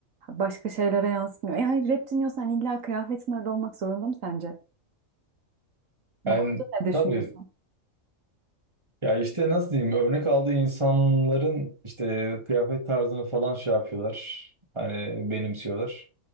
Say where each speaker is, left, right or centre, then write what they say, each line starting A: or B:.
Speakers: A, on the right (about 75°); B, on the right (about 20°).
A: başka şeylere yansıtmıyor. E hayır rap dinliyorsan illa kıyafetin öyle olmak zorunda mı sence? Bu
B: ben
A: konuda ne
B: tabii
A: düşünüyorsun?
B: ya işte nasıl diyeyim örnek aldığı insanların işte kıyafet tarzını falan şey yapıyorlar. Hani benimsiyorlar.